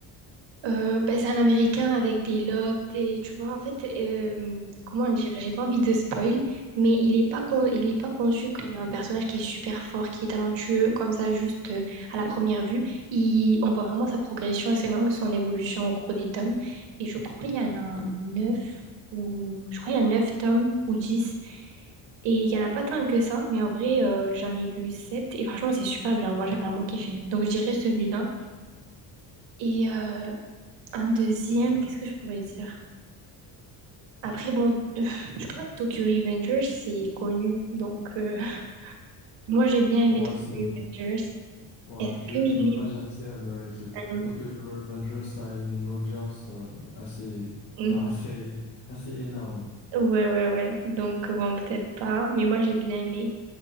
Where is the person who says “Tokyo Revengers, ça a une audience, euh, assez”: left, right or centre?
Left